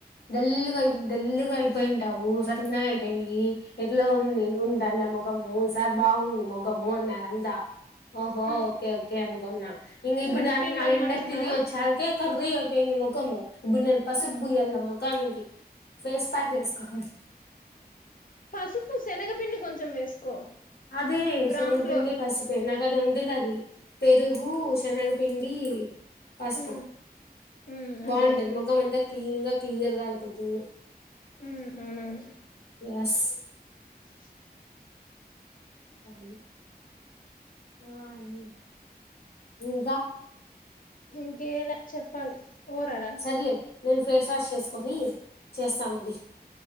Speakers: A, on the left (about 75°); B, on the left (about 55°).
A: డల్లుగా డల్లుగా అయిపోయింటావు సన్నగా అయిపోయి ఎట్లో ఉ ఉంటండి మొఖము ఈసారి బాగుంది మొఖము అన్నఅంతా ఓహో
B: ఉమ్
A: ఓకే ఓకే అం కొన్న ఇన్ని ఇప్పుదాన్ని
B: సన్ స్క్రీన్ మహిమ
A: అయివుండె
B: అనుకున్నావా
A: తిరిగోచ్చాల్కె కర్రేగ. పోయింది ముఖము ఇప్పుడు నేను పసుపు బుయ్యళ ముఖానికి ఫేస్ ప్యాక్ వేసుకోవాలి.
B: పసుపు, సెనగపిండి. కొంచెం వేసుకో.
A: అదే
B: గ్రామ్
A: సేనగ
B: ఫ్లోర్
A: పిండి పసుపే నాక్ ఆహ్ ఉండది అది పెరుగు శనగ పిండీ పసుపు
B: ఉమ్ ఉమ్ అదే
A: బాగుంటది
B: అదే
A: ముఖం అంతా క్లీన్ గా. క్లియర్ గా అయిపోతుంది.
B: ఉమ్ అవునవును.
A: ఎస్
B: <inaudible>
A: వాణి వాణి. ఇంకా.
B: ఇంక్కేలా చెప్పాలి. ఓరాడా
A: సర్లే లిఫ్ట్. ఫేస్ వాష్ చేసుకొని చేస్తాం అది.